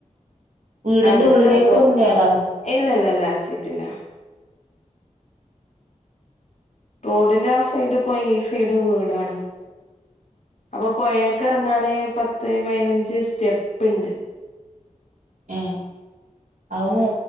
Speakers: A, on the right; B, on the left.
A: വീടിന്റെ
B: അവിട്ക്കെത്തും
A: ഉള്ളിലേക്കൊന്നും കേറാറുണ്ട്
B: ഇല്ലല്ലല്ലാ എത്തീട്ടില്ല റോഡിന്റെ ആഹ് സൈഡ് പോയി ഈ സൈഡ് വിടാണ് അപ്പൊ പൊഴേക്കെറങ്ങാന് പത്ത് പയിനഞ്ച് സ്റ്റെപ്പ്ണ്ട്
A: ഏഹ് അവ്മൊ